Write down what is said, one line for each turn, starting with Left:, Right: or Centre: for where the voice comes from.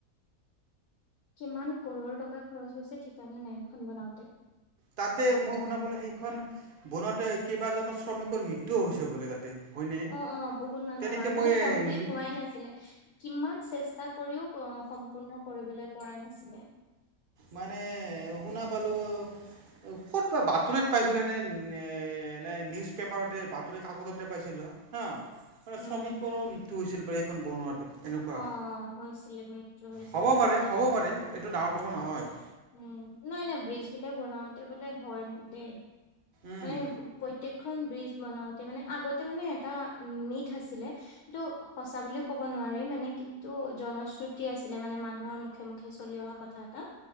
Left: কিমান কৰৰ টকা খৰচ হৈছে ঠিকানা নাই এইখন বনাওঁতে।
Right: তাতে মই শুনা পালো সেইখন বনাওতে কেইবাজনো শ্ৰমিকৰ মৃত্যু হৈছে বোলে তাতে। হয়নে
Left: অ অ বহুত মানুহৰ
Right: তেনেকে মই
Left: মানে কমপ্লিট হোৱাই নাছিলে কিমান চে- ষ্টা কৰিও সম্পূৰ্ণ কৰিবলে পৰা নাছিলে।
Right: মানে শুনা পালোঁ ক'ত বা বাতৰিত পাইছিলোঁ নে, এনে নিউজ পেপাৰতে বাতৰি কাকততে পাইছিলোঁ হা আৰু
Left: উম
Right: শ্ৰমিকৰো মৃত্যু হৈছিল বা, এইখন বনোৱাতে। এনেকুৱা
Left: অ হৈছিলে মৃত্যু হৈছিলে
Right: হ'ব
Left: বহুত
Right: পাৰে,
Left: কেইজন।
Right: হ'ব পাৰে এইটো ডাঙৰ কথা নহয়।
Left: উম নাই নাই ব্ৰিজ বিলাক বনাওতে বোলে হয় দেই,
Right: উম
Left: মানে প্ৰত্যেকখন ব্ৰিজ বনাওঁতে মানে আগতে মানে এটা মিথ আছিলে কিন্তু সঁচা বুলিও ক'ব নোৱাৰি, মানে কিন্তু জনশ্ৰুতি আছিলে মানে মানুহৰ মুখে মুখে চলি অহা কথা এটা